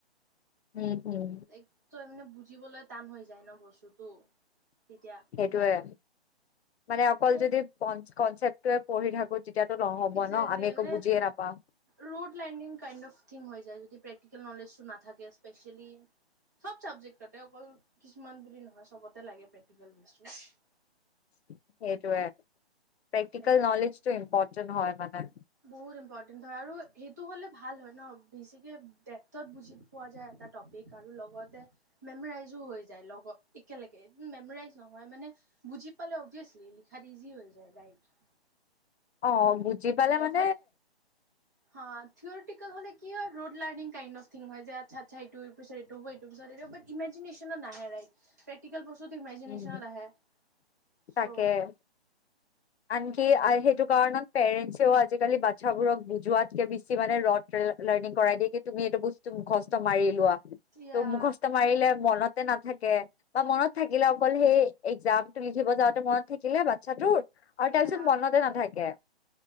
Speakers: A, on the left; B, on the right.
A: উম, উম। উম
B: লাইক তো মানে বুজিবলৈ? টান হৈ যায় ন বস্তুটো। তেতিয়া
A: সেইটোয়ে মানে অকল
B: এ
A: যদি কনচেপ। তইে পঢি থাকো। তেতিয়াতো নহ'ব
B: একজেক্লী
A: ন আমি একো
B: মানে
A: বুজিয়ে নাপাম
B: ৰুট লণ্ডিং কাইড অফ। যদি প্ৰেক্টিকেল নলেজটো নাথাকে স্পেচিয়েলি চব চাবেক্ট অকল কিছুমান বুলি নহয় চবতে লাগে প্ৰেক্টিকেল বস্তু।
A: সেইটোৱে প্ৰেক্টিকেল
B: লাইক
A: ন'লেজটো ইম্পৰ্টেণ্ট। যোন হয় মানে ।
B: বহুত ইম্পৰ্টেণ্ট হয় আৰু সেইটো হ'লে ভাল হয় ন' বেছিকে ডেফ্টত বুজি পোৱা যায়, এটা টপিক আৰু লগতে মেমৰাইজো হৈ যায়, লগত একেলগে মেমৰাইজ নহয় মানে বুজি পালে অভিয়াচলি লিখাত ইজি হৈ যায় ৰাইট ।
A: অ' বুজি পালে মানে -
B: বাট । হা' থিয়ৰিটিকেল হ'লে কি হয় rote learning kind of thing হয় যে আচ্ছা-আচ্ছা ইটোৰ পিছত সিটো হ'ব ইটোৰ পিছত সিটো বাট ইমাজানেচ্যনত নাহে ৰাইট। যদি ইমেজিচ্যনত
A: উম,
B: আহে চ'
A: তাকে
B: ।
A: আনকি সেইটো কাৰণত পেৰেন্টছেও আজিকালি বাচ্ছাবোৰক বুজোৱাতকে বেছি মানে ৰদ লাৰ্ণিং কৰাই দিয়ে কি তুমি এইটো বস্তু মুখস্থ মাৰি লোৱা ।
B: ইয়া
A: তো মুখস্থ মাৰিলে মনত- এতে নাথাকে । বা মনত থাকিলে অকল সেই । একজামটো লিখিব যাওঁতে মনত থাকিলে বাচ্ছাটোৰ - আৰু তাৰপিছত
B: এয়া
A: মনতে নাথাকে ।